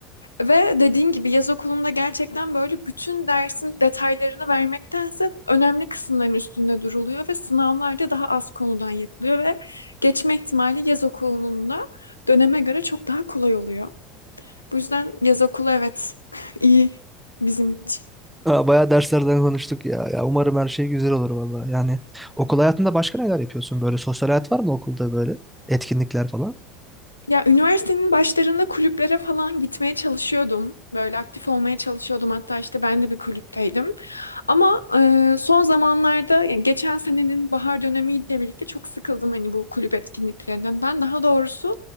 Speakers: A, on the left; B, in the centre.
A: Ve dediğin gibi yaz okulunda gerçekten böyle bütün dersin detaylarını vermektense önemli kısımların üstünde duruluyor ve sınavlarda daha az konudan yapılıyor ve geçme ihtimali yaz okulunun da döneme göre çok daha kolay oluyor. Bu yüzden yaz okulu evet <laughs> iyi bizim için.
B: Aa, bayağı derslerden konuştuk ya. Ya umarım her şey güzel olur valla. Yani okul hayatında başka neler yapıyorsun? Böyle sosyal hayat var mı okulda böyle? Etkinlikler falan?
A: Ya üniversitenin başlarında kulüplere falan gitmeye çalışıyordum. Böyle aktif olmaya çalışıyordum. Hatta işte ben de bir kulüpteydim. Ama e, son zamanlarda yani geçen senenin bahar dönemiyle birlikte çok sıkıldım hani bu kulüp etkinliklerinden. Ben daha doğrusu